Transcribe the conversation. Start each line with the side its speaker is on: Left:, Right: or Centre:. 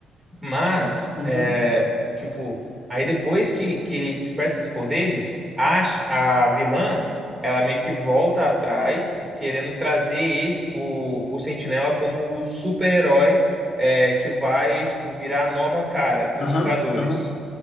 Right: Mas,
Left: Uhum.
Right: é, tipo, aí depois que, que ele desperta esses poderes, a, ch- a vilã, ela meio que volta atrás, querendo trazer esse, o, o Sentinela como o super-herói, é, que vai, tipo, virar a nova cara dos
Left: Aham,
Right: Vingadores.
Left: aham.